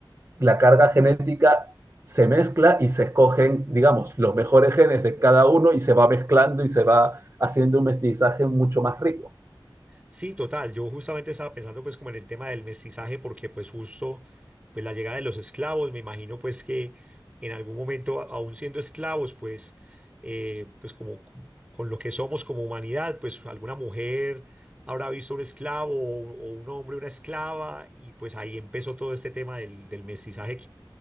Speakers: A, on the right (about 35°); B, on the right (about 15°).
A: la carga genética se mezcla y se escogen, digamos, los mejores genes de cada uno y se va mezclando y se va haciendo un mestizaje mucho más rico.
B: Sí, total. Yo justamente estaba pensando pues como en el tema del mestizaje porque pues justo pues la llegada de los esclavos, me imagino pues que en algún momento a- aún siendo esclavos pues eh, pues como con con lo que somos como humanidad pues alguna mujer habrá visto un esclavo o, o un hombre una esclava y pues ahí empezó todo este tema del, del mestizaje